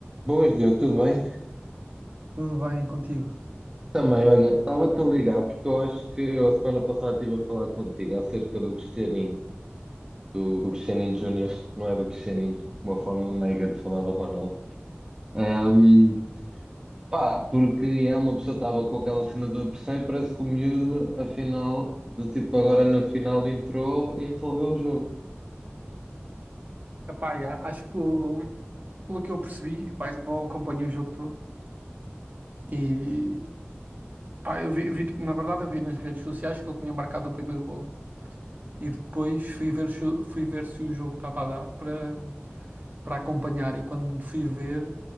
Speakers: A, on the right; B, on the right.
A: Boas, Diogo, tudo bem?
B: Tudo bem contigo?
A: Também, olha, estava-te a ligar porque eu acho que eu a semana passada estive a falar contigo acerca do Cristianinho, do, do Cristianinho Júnior, <laughs> não é do Cristianinho, uma forma meiga de falar do Ronaldo. Ahm, pá, porque é uma pessoa estava com aquela cena do pressão parece que o miúdo, afinal, do tipo agora na final entrou e resolveu o jogo.
B: Epá, já, acho que o- pelo que eu percebi, epá, eu não acompanhei o jogo todo e pá, eu vi, eu vi- na verdade eu vi nas redes sociais que ele tinha marcado o primeiro gol
A: Uhum.
B: e depois fui ver se, o- fui ver se o jogo estava a dar para para acompanhar e quando fui ver